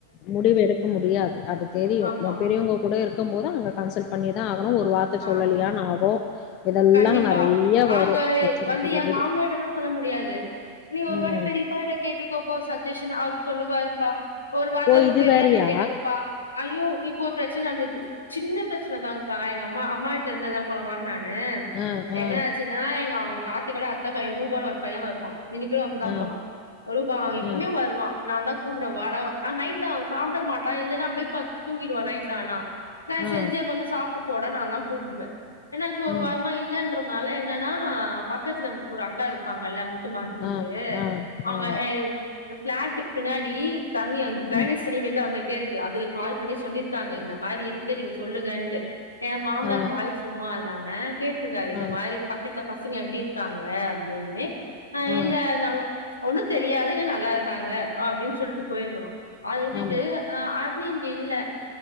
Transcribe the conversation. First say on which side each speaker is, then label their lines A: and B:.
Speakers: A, on the left (about 40°); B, on the left (about 80°).
A: முடிவு எடுக்க முடியாது அது தெரியு
B: ஆமா,
A: நம்ம பெரியவங்க கூட இருக்கும் போது அங்க கன்சல்ட் பண்ணிதா ஆகணு ஒரு வார்த்த சொல்லலையான்னு
B: ஆமா.
A: ஆகு இதெல்லா
B: கண்டிப்பா
A: நெறைய வரு
B: ஆங்க
A: பிரச்சனைகள்
B: எ வந்து எ மாமானார்ட்ட கூட சொல்ல முடியாது நீ ஒரு
A: ம்
B: வாட்டி பெரியப்பாட்ட கேட்டுக்கோப்பா சஜெஷன் அவர் சொல்லுவாருப்பா ஒரு வார்த்த
A: ஓ
B: உங்க
A: இது
B: பெரிய
A: வேறயா
B: அண்ணேகிட்டே கேட்டுக்கோப்பா ஐயோ இப்போ ஒரு ப்ரச்சன நடந்தது சின்ன ப்ரச்சனதானீக்கா எங்க அம்மா அம்மா வீட்ல இருந்து எல்லா போன வரோ நான் னு
A: ஆ
B: என்ன
A: ஆ
B: ஆச்சுன்னா எங்க அவுங்க காத்து கூட அத்த பையே ரூபன்னு ஒரு பையே வருவா இன்னிக்கு அங்க தா
A: ஆ
B: போனோ ரூபா எப்பவுமே
A: ஆ
B: வருவா நா தா கூப்ட்டே வாடா நைட்ல அவன் சாப்புட மாட்டா இல்லைன்னா அப்டியே பட்த் தூங்கிடுவா நைட்ல ஆனா அ
A: ஆ
B: செஞ்சே கொஞ்ச சாப்ட்டு போடா நாந்தா கூப்புடுவே என்னாச்சு ஒரு
A: ம்
B: வாரமா இல்லன்றதுனால என்னன்னா பக்கத்துல ஒரு அக்கா இருப்பாங்கல்ல முக் து மாட்டிகிட்டு
A: ஆ ஆ
B: அவுங்க
A: ஆ
B: எ ப்ளாட்டுக்கு பின்னாடி தண்ணி அந் டிரைனேஜ்
A: ம்
B: தண்ணி வெள்ல வந்துட்டே இருக்கு அதுக்கு கால் பண்ணி சொல்லியிருக்காங்க இந்த மாரி இருக்கு நீங்க சொல்லுங்கன்ட்டு ஏ மாமனார்
A: ஆ
B: வாய் சும்மா இல்லாம கேட்ருக்காரு இந்த
A: ஆ
B: மாரி பக் மித்த பசங்க எப்டி இருக்காங்க அப்டின்னு அ
A: ஆ
B: இல்ல நல்ல ஒண்ணுந் தெரியாது இங்க நல்லா இருக்காங்க அப்டின் சொல்ட்டு போயிருக்கணு அத விட்டுட்டு
A: ஆமா
B: அ அர்னி இங்க இல்ல